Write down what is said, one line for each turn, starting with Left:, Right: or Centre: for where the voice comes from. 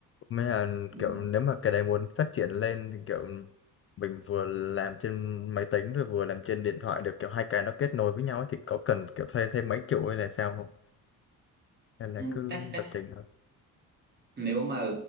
Left: Mấy là
Right: ừ.
Left: kiểu nếu mà cái đấy muốn phát triển lên thì kiểu mình vừa làm trên máy tính rồi vừa làm trên điện thoại được kiểu hai cái nó kết nối với nhau ấy, thì có cần kiểu thuê thêm máy chủ hay là sao không? Hay là
Right: Ừ,
Left: cứ
Right: chắc chắc
Left: lập trình thôi.
Right: nếu mà